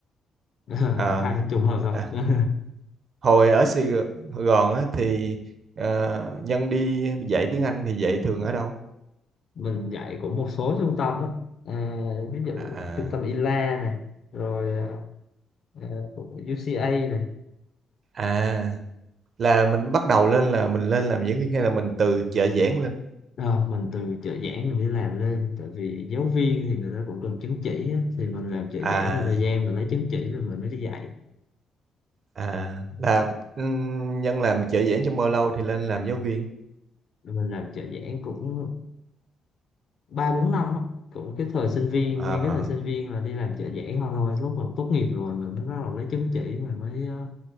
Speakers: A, on the left; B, on the right.
A: <laughs> Ờ,
B: ờ.
A: hay trùng hợp thật
B: à,
A: <laughs>
B: hồi ở Sài Gòn á thì ờ, Nhân đi dạy tiếng Anh thì dạy thường ở đâu?
A: mình dạy cũng một số trung tâm á Ờ, ví dụ
B: À,
A: trung
B: à,
A: tâm ILA này rồi ờ, UCA này
B: à, là mình bắt đầu lên là mình lên làm giảng viên hay là mình từ trợ giảng lên?
A: Ờ, mình từ trợ giảng mình đi làm lên tại vì giáo viên thì người ta cũng cần chứng chỉ á. thì mình làm trợ
B: À,
A: giảng một thời gian mình lấy chứng chỉ rồi mình mới đi dạy
B: à, là ừm, Nhân làm trợ giảng trong bao lâu thì lên làm giáo viên?
A: Rồi mình làm trợ giảng cũng ba bốn năm á. cũng cái thời sinh viên
B: à
A: nguyên cái thời sinh viên là đi làm trợ giảng không thôi lúc mà tốt nghiệp rồi mình mới bắt đầu lấy chứng chỉ mình mới ờ,